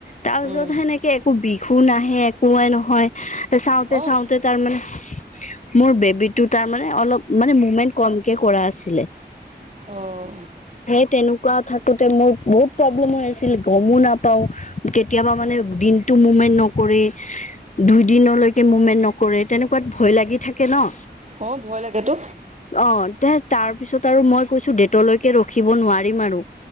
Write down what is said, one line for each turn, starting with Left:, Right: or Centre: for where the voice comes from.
Left: তাৰ পিছত
Right: অঁ
Left: সেনেকে একো বিষো নাহে একোৱেই নহয় চাওঁতে-চাওঁতে
Right: অঁ
Left: তাৰমানে মোৰ বেবিটো তাৰ মানে অলপ, মানে মুমেন্ট কমকে কৰা আছিলে।
Right: অঁ।
Left: সেই তেনেকুৱা থাকোতে মোৰ বহুত প্ৰব্লেম হৈ আছিল গমো নাপাওঁ। কেতিয়াবা মানে দিনটো মুমেণ্ট নকৰে। দুই দিনলৈকে মুভমেন্ট নকৰে, তেনেকুৱাত ভয় লাগি থাকে ন।
Right: অ', ভয় লাগে তো।
Left: অ', তে তাৰ পিছত আৰু মই কৈছোঁ, ডেটলৈকে ৰখিব নোৱাৰিম আৰু।